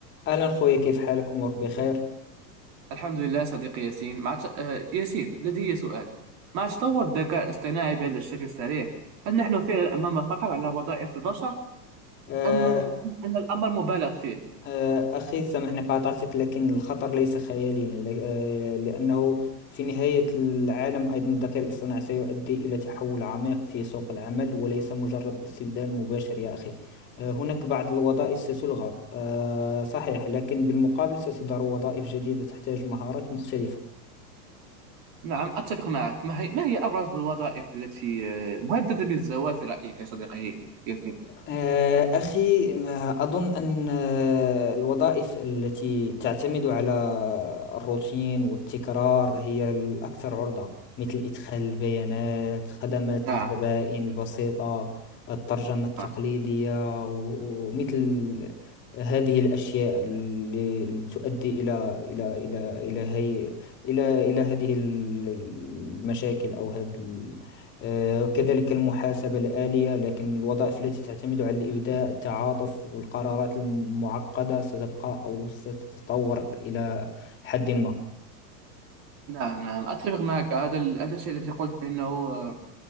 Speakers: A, on the left; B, on the right.
A: أهلا خويا كيف حالك أمورك بخير
B: الحمد لله صديقي ياسين مع ت... آه، ياسين لدي سؤال مع تطور الذكاء الاصطناعي بهذا الشكل السريع هل نحن فعلا أمام خطر على وظائف البشر
A: آه،
B: أم أم أن الأمر مبالغ فيه؟
A: آه، أخي سامحني قاطعتك لكن الخطر ليس خياليا ل- آه، لأنه في نهاية العالم أيضا الذكاء الاصطناعي سيؤدي إلى تحول عميق في سوق العمل وليس مجرد استبدال مباشر يا أخي آه، هناك بعض الوظائف ستلغى آه، صحيح لكن بالمقابل ستظهر وظائف جديدة تحتاج مهارات مختلفة
B: نعم أتفق معك ما هي, ما هي أبرز الوظائف التي آه، مهددة بالزوال في رأيك يا صديقي ياسين؟
A: آه، أخي آه، أظن أن آه، الوظائف التي تعتمد على الروتين والتكرار هي الأكثر عرضة مثل إدخال البيانات خدمات
B: نعم
A: الزبائن البسيطة الترجمة التقليدية
B: نعم
A: و- ومثل هذه الأشياء اللي اللي تؤدي إلى إلى إلى إلى هي إلى إلى هذه المشاكل أو هذه آه، كذلك المحاسبة الآلية لكن الوظائف التي تعتمد على الإبداع التعاطف والقرارات المعقدة ستبقى أو ستتطور إلى حد ما
B: نعم نعم، أتفق معك هذا ال... هذا الشيء الذي قلت إنه آه، آه،